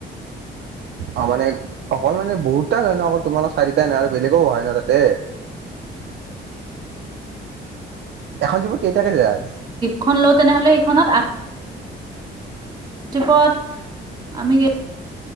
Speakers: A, on the right; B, on the right.
A: অ মানে অকল মানে বহুতটা হয় ন অকল তোমালোক চাৰিটাই নাই আৰু বেলেগো হয় ন' তাতে। এখন জীপত কেইটাকে যায়?
B: খন লও, তেনেহ'লে ইখনত আ জীপত আমি